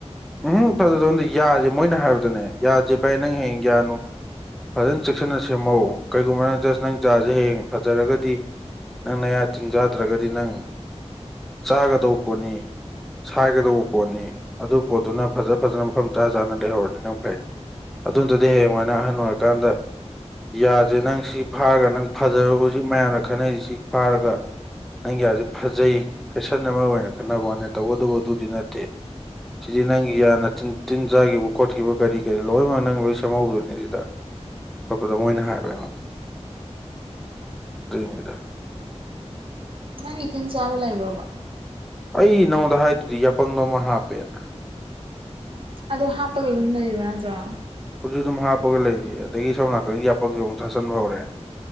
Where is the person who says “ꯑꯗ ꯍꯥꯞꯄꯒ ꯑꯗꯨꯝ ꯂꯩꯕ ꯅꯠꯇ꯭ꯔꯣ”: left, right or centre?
Right